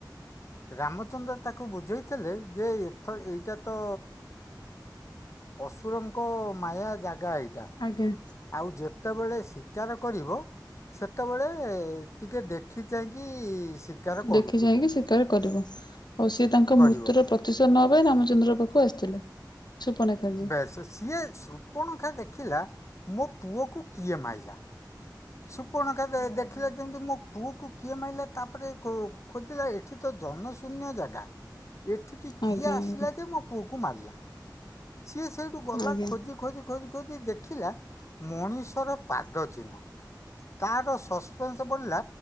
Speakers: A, on the left (about 40°); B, on the left (about 70°).
A: ରାମଚନ୍ଦ୍ର ତାକୁ ବୁଝେଇଥିଲେ ଯେ ଏଥର ଏଇଟା ତ ଅସୁରଙ୍କ ମାୟା ଜାଗା ଏଇ
B: ଆଜ୍ଞା।
A: ଆଉ ଯେତେବେଳେ ଶିକାର କରିବ ସେତେବେଳେ ଟିକେ ଦେଖି ଚାହିଁକି ଶିକାର
B: ଦେଖି
A: କରୁଥିବ
B: ଯାଇଁକି ଶିକାର କରିବ ଆଉ ସିଏ
A: ସେ-
B: ତାଙ୍କ
A: କରିବ
B: ମୃତ୍ୟୁର ପ୍ରତିଶୋଧ ନବା ପାଇଁ ରାମଚନ୍ଦ୍ର ପାଖକୁ କୁ ଆସିଥିଲେ। ସୁପର୍ଣ୍ଣେଖାଜି
A: ବେଶ୍ ସିଏ ଶୂପଣେଖା ଦେଖ ଦେଖିଲା ମୋ ପୁଅକୁ କିଏ ମାରଲା। ସୁପ୍ ସୂପଣେଖା
B: ଓହୋ
A: ଦେଖିଲେ ଯେମିତି ମୋ ପୁଅକୁ କିଏ ମାରିଲା ତାପରେ ଖୋଜିଲା ଏଠି ତ ଜନ ଶୂନ୍ୟ ଜାଗା। ଏଠିକି
B: ଆଜ୍ଞା
A: କିଏ ଆସିଲା
B: ଆଜ୍ଞା
A: ଯେ ମୋ ପୁଅ କୁ କୁ ମାରିଲା। ସିଏ ସେଇଠୁ ଗଲା
B: ଆଜ୍ଞା।
A: ଖୋଜି ଖୋଜି ଖୋଜି। ଦେଖିଲା ମଣିଷର। ପାଦ ଚିହ୍ନ। ତାର ସସ୍ପେନ୍ସ ବଢି଼ଲା।